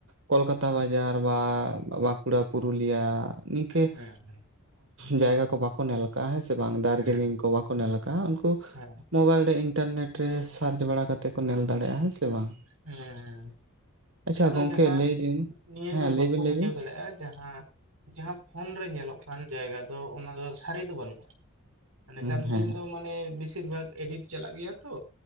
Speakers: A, on the right; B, on the right.
A: ᱠᱳᱞᱠᱟᱛᱟ ᱵᱟᱡᱟᱨ ᱵᱟ ᱵᱟᱸᱠᱩᱲᱟ ᱯᱩᱨᱩᱞᱤᱭᱟ ᱱᱤᱝᱠᱟᱹ
B: ᱦᱮᱸ
A: ᱡᱟᱭᱜᱟ ᱠᱚ ᱵᱟᱠᱚ ᱧᱮᱞ ᱱᱤᱝᱠᱟᱹ ᱡᱟᱭᱜᱟ ᱵᱟᱠᱚ ᱧᱮᱞ ᱟᱠᱟᱫᱟᱼᱟ ᱦᱮᱸ ᱥᱮ ᱵᱟᱝ ᱫᱟᱨᱡᱤᱞᱤᱝ
B: ᱦᱮᱸ
A: ᱠᱚ ᱵᱟᱠᱚ ᱧᱮᱞ ᱟᱠᱟᱟᱜ ᱩᱱᱠᱩ
B: ᱦᱮᱸ
A: ᱢᱳᱵᱟᱭᱤᱞ ᱨᱮ ᱤᱱᱴᱟᱨᱱᱮᱴ ᱨᱮ ᱥᱟᱨᱪ ᱵᱟᱲᱟ ᱠᱟᱛᱮ ᱠᱚ ᱧᱮᱞ ᱫᱟᱲᱮᱭᱟᱜᱼᱟ ᱦᱮᱸ ᱥᱮ ᱵᱟᱝ
B: ᱦᱩᱸ ᱦᱩᱸ
A: ᱟᱪᱪᱷᱟ
B: ᱟᱫᱚ
A: ᱜᱚᱝᱠᱮ
B: ᱡᱟᱦᱟᱸ
A: ᱞᱟᱹᱭ ᱫᱟᱹᱧ
B: ᱱᱤᱭᱟᱹ
A: ᱦᱮᱸ
B: ᱫᱚ ᱵᱟᱠᱚ
A: ᱞᱟᱹᱭ ᱵᱤᱱ
B: ᱵᱩᱡᱷᱟᱹᱣ
A: ᱞᱟᱹᱭ ᱵᱤᱱ
B: ᱫᱟᱲᱮᱭᱟᱜᱼᱟ ᱡᱟᱦᱟᱸ ᱡᱟᱦᱟᱸ ᱯᱷᱳᱱ ᱨᱮ ᱧᱮᱞᱚᱜ ᱠᱟᱱ ᱡᱟᱭᱜᱟ ᱫᱚ ᱚᱱᱟ ᱫᱚ ᱥᱟᱹᱨᱤ ᱫᱚ ᱵᱟᱹᱱᱩᱜᱼᱟ ᱱᱮᱛᱟᱨ
A: ᱦᱩᱸ
B: ᱫᱤᱱ
A: ᱦᱮᱸ
B: ᱫᱚ ᱢᱟᱱᱮ ᱵᱮᱥᱤᱨ ᱵᱷᱟᱜ ᱮᱰᱤᱴ ᱪᱟᱞᱟᱜ ᱜᱮᱭᱟ ᱛᱚ